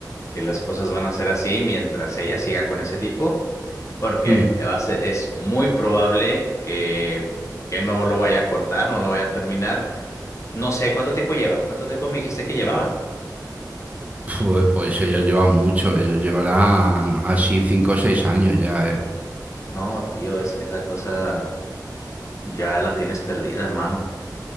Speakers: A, on the left (about 45°); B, on the right (about 20°).
A: que las cosas van a ser así mientras ella siga con ese tipo, porque
B: Mm.
A: va a ser- es muy probable que, que no lo vaya a cortar, no lo vaya a terminar. No sé cuánto tiempo lleva, cuánto tiempo me dijiste que llevaban.
B: Pues, pues ellos llevan mucho, ellos llevarán así cinco o seis años ya, ¿eh?
A: No, tío, es que esa cosa ya la tienes perdida, hermano.